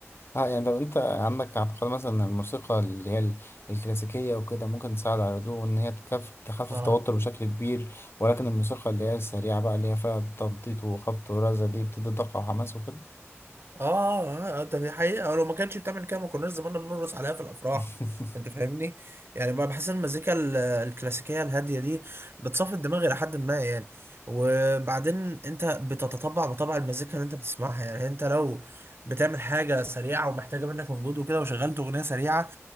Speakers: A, on the left; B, on the right.
A: اه يعني طب انت عندك اعتقاد مثلا ان الموسيقى اللي هي ال- الكلاسيكية وكده ممكن تساعد على الهدوء وان هي تكف تخفف
B: اه
A: التوتر بشكل كبير ولكن الموسيقى اللي هي السريعة بقى اللي هي فيها تنطيط وخبط ورزة دي بتدي طاقة وحماس وكده
B: اه اه آه، ده في حقيقة لو ما كانتش بتعمل كده ما كناش زماننا بنرقص عليها في الافراح
A: <laughs>
B: انت فاهمني يعني ما بحس ان المزيكا ال- الكلاسيكية الهادية دي بتصفي الدماغ الى حد ما يعني وبعدين انت بتتطبع بطبع المزيكا اللي انت بتسمعها يعني انت لو بتعمل حاجة سريعة ومحتاجة منك مجهود وكده وشغلت اغنية سريعة